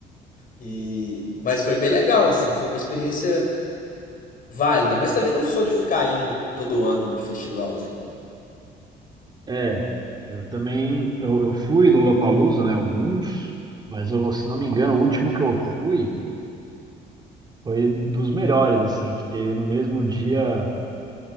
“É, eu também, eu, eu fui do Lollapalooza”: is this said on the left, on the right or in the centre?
Right